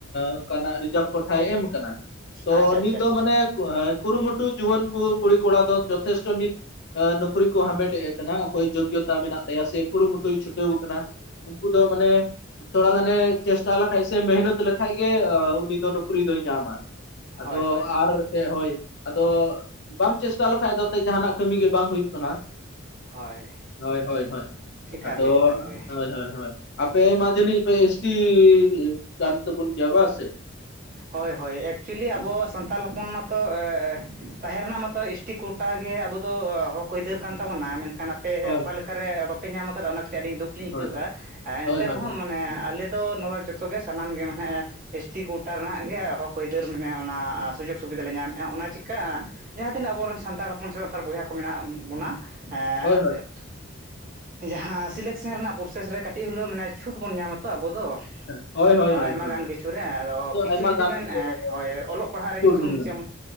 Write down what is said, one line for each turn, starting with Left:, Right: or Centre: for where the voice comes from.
Left: ᱚᱱᱠᱟᱱᱟᱜ ᱨᱤᱡᱟᱵᱷ ᱠᱚᱴᱷᱟᱭ ᱮᱢ ᱠᱟᱱᱟ ᱛᱚ
Right: ᱟᱪᱪᱷᱟ
Left: ᱱᱤᱛ
Right: ᱟᱪᱪᱷᱟ
Left: ᱫᱚ
Right: ᱟᱪᱪᱷᱟ
Left: ᱢᱟᱱᱮ ᱠᱩᱨᱩᱢᱩᱴᱩ ᱡᱩᱣᱟᱹᱱ ᱠᱩ ᱠᱩᱲᱤ ᱠᱚᱲᱟ ᱫᱚ ᱡᱚᱛᱷᱮᱥᱴᱚ ᱱᱤᱛ ᱱᱩᱠᱨᱤ ᱠᱚ ᱦᱟᱢᱮᱴᱮᱜ ᱠᱟᱱᱟ ᱚᱠᱚᱭ ᱡᱳᱜᱚᱛᱟ ᱢᱮᱱᱟᱜ ᱛᱟᱭᱟ ᱥᱮ ᱠᱩᱨᱩᱢᱩᱴᱩᱭ ᱪᱷᱩᱴᱟᱹᱣ ᱠᱟᱱᱟ ᱩᱱᱠᱩ ᱫᱚ ᱢᱟᱱᱮ ᱛᱷᱚᱲᱟ ᱜᱟᱱᱮ ᱪᱮᱥᱴᱟ ᱞᱮᱠᱷᱟᱡᱽ ᱥᱮ ᱢᱮᱦᱱᱚᱛ ᱞᱮᱠᱷᱟᱡᱽ ᱜᱮ ᱩᱱᱤ ᱫᱚ ᱱᱩᱠᱨᱤ ᱫᱚᱭ ᱧᱟᱢᱟ ᱟᱫᱚ
Right: ᱦᱳᱭ ᱦᱳᱭ ᱦᱳᱭ
Left: ᱟᱨ ᱜᱮ ᱦᱳᱭ ᱟᱫᱚ ᱵᱟᱢ ᱪᱮᱥᱴᱟ ᱞᱮᱠᱷᱟᱡᱽ ᱫᱚ ᱛᱮᱡ ᱡᱟᱦᱟᱱᱟᱜ ᱠᱟᱹᱢᱤ ᱜᱮ ᱵᱟᱝ ᱦᱩᱭᱩᱜ ᱠᱟᱱᱟ
Right: ᱦᱳᱭ
Left: ᱦᱳᱭ ᱦᱳᱭ ᱦᱳᱭ
Right: ᱮᱠᱟᱞ
Left: ᱟᱫᱚ
Right: ᱜᱮ ᱮᱠᱟᱞ ᱜᱮ
Left: ᱦᱳᱭ ᱦᱳᱭ ᱦᱳᱭ ᱟᱯᱮ ᱢᱟ ᱡᱟᱹᱱᱤᱡᱽ ᱯᱮ ᱮᱥᱴᱤ ᱠᱟᱱ ᱛᱟᱵᱩᱱ ᱜᱮᱭᱟ ᱵᱟ ᱥᱮ
Right: ᱦᱳᱭ ᱦᱳᱭ ᱮᱠᱪᱩᱭᱮᱞᱤ ᱟᱵᱚ ᱥᱟᱱᱛᱟᱲ ᱦᱚᱯᱚᱱ ᱢᱟᱛᱚ ᱛᱟᱦᱮᱸ ᱨᱮᱱᱟᱜ ᱢᱟᱛᱚ ᱮᱥ ᱴᱤ ᱠᱳᱴᱟ ᱜᱮ ᱟᱵᱚ ᱫᱚ ᱦᱚᱠ ᱟᱹᱭᱫᱟᱹᱨ ᱠᱟᱱ ᱛᱟᱵᱚᱱᱟ ᱢᱮᱱᱠᱷᱟᱱ ᱯᱮ
Left: ᱦᱳᱭ
Right: ᱚᱠᱟ ᱞᱮᱠᱟᱨᱮ ᱵᱟᱯᱮ ᱧᱟᱢ ᱟᱠᱟᱫᱟ ᱚᱱᱟ ᱠᱟᱹᱴᱤᱡᱽ ᱟᱹᱞᱤᱧ ᱫᱩᱠᱷ ᱞᱤᱧ
Left: ᱦᱳᱭ
Right: ᱟᱹᱭᱠᱟᱹᱣ ᱮᱜᱼᱟ ᱮᱱᱛᱮ
Left: ᱦᱳᱭ ᱦᱳᱭ
Right: ᱨᱮᱦᱚᱸ ᱢᱟᱱᱮ ᱟᱞᱮ ᱫᱚ ᱱᱚᱣᱟ ᱡᱚᱛᱚ ᱜᱮ ᱥᱟᱱᱟᱢ ᱜᱮ ᱢᱟᱱᱮ ᱮᱥ ᱴᱤ ᱠᱳᱴᱟ ᱨᱮᱱᱟᱜ ᱜᱮ ᱦᱚᱠ ᱟᱹᱭᱫᱟᱹᱨ ᱢᱟᱱᱮ ᱚᱱᱟ ᱥᱩᱡᱳᱜᱽ ᱥᱩᱵᱤᱫᱷᱟ ᱞᱮ ᱧᱟᱢᱮᱜᱼᱟ ᱚᱱᱟ ᱪᱤᱠᱟᱜᱼᱟ ᱡᱟᱦᱟᱸ ᱛᱤᱱᱟᱹᱜ ᱟᱵᱚ ᱨᱮᱱ ᱥᱟᱱᱛᱟᱲ ᱦᱚᱯᱚᱱ ᱥᱮ ᱥᱟᱱᱛᱟᱲ ᱵᱚᱭᱦᱟ ᱠᱚ ᱢᱮᱱᱟᱜ ᱵᱚᱱᱟ ᱮᱜ
Left: ᱦᱳᱭ ᱦᱳᱭ
Right: ᱡᱟᱦᱟ ᱥᱤᱞᱮᱠᱥᱮᱱ ᱨᱮᱱᱟᱜ ᱯᱨᱚᱥᱮᱥ ᱨᱮ ᱠᱟᱹᱴᱤᱡᱽ ᱦᱳᱞᱳ ᱢᱟᱱᱮ ᱪᱷᱩᱴ ᱵᱚᱱ ᱧᱟᱢᱟ ᱛᱚ ᱟᱵᱩ ᱫᱚ
Left: ᱦᱳᱭ ᱦᱳᱭ
Right: ᱟᱭᱢᱟ
Left: ᱦᱳᱭ ᱦᱳᱭ
Right: ᱜᱟᱱ ᱠᱤᱪᱷᱩ ᱨᱮ ᱟᱫᱚ
Left: ᱛᱚ
Right: ᱠᱤᱪᱷᱩ
Left: ᱟᱭᱢᱟ
Right: ᱡᱩᱫᱤ
Left: ᱜᱟᱱ
Right: ᱵᱮᱱ
Left: ᱤᱭᱟᱹ ᱨᱮ
Right: ᱦᱳᱭ ᱚᱞᱚᱜ ᱯᱟᱲᱦᱟᱜ ᱨᱮ
Left: ᱪᱷᱩᱴ
Right: ᱠᱤᱪᱷᱩ
Left: ᱵᱚᱱ
Right: ᱮᱸ
Left: ᱧᱟᱢᱟ